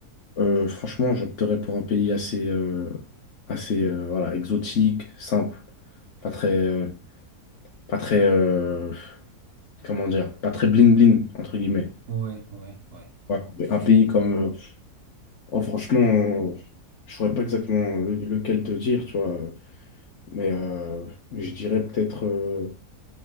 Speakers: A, on the left; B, on the right.
A: euh, franchement, j'opterais pour un pays assez, euh, assez euh, voilà, exotique, simple, pas très, euh, pas très, euh, comment dire, pas très bling bling entre guillemets.
B: ouais, ouais, ouais.
A: Ouais, Un pays comme, euh, oh, franchement, euh, je saurais pas exactement le- lequel te dire, tu vois. euh, Mais euh, je dirais peut-être euh,